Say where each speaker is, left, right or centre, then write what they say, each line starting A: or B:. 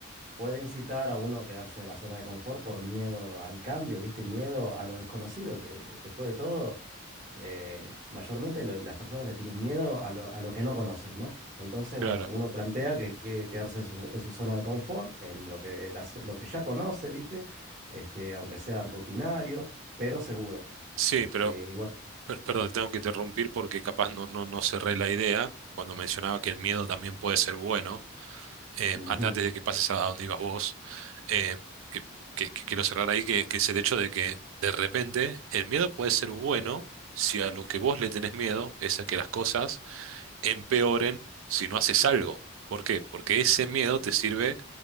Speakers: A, on the right; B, on the right.
A: puede incitar a uno a quedarse en la zona de confort por miedo al cambio, ¿viste? Miedo a lo desconocido, que después de todo, eh, mayormente lo- las personas le tienen miedo a lo, a lo que no conocen, ¿no? Entonces,
B: Claro.
A: bueno, uno plantea que quiere quedarse en su, en su zona de confort, en lo que, la zo- lo que ya conoce, ¿viste? Este, aunque sea rutinario, pero seguro.
B: Sí,
A: Este,
B: pero,
A: y bueno,
B: per- perdón, te tengo que interrumpir porque capaz no, no, no cerré la idea cuando mencionaba que el miedo también puede ser bueno eh,
A: ujú,
B: an- antes de que pases a, donde ibas vos, eh, que, que- que quiero cerrar ahí, que, que es el hecho de que de repente el miedo puede ser bueno si a lo que vos le tenés miedo es a que las cosas empeoren si no haces algo. ¿Por qué? Porque ese miedo te sirve